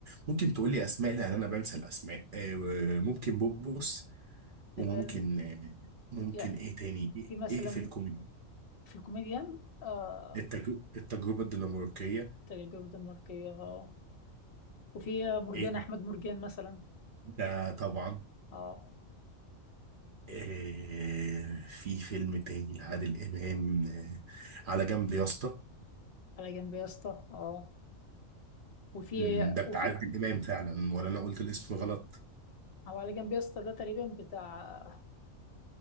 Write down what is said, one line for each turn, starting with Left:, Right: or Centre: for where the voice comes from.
Right: ممكن تقولي أسماء لأن أنا بنسى الأسماء آه، ممكن بوبوس
Left: تمام
Right: وممكن آه، ممكن
Left: يا
Right: إيه تاني إيه
Left: في مثلا
Right: إيه في الكوميدي
Left: في الكوميديان آه...
Right: التج- التجربة الدنماركية
Left: تجربة الدنماركية اه وفي مرجان
Right: إيه تاني
Left: احمد مرجان مثلا
Right: ده
Left: اه
Right: طبعا
Left: آه.
Right: آه، في فيلم تاني لعادل إمام آه، على جنب يا اسطى
Left: على جنب يا اسطى اه وفي
Right: مم، ده بتاع
Left: وفي
Right: عادل إمام فعلا ولا أنا قلت الاسم غلط
Left: او على جنب يا اسطى ده تقريبا بتاع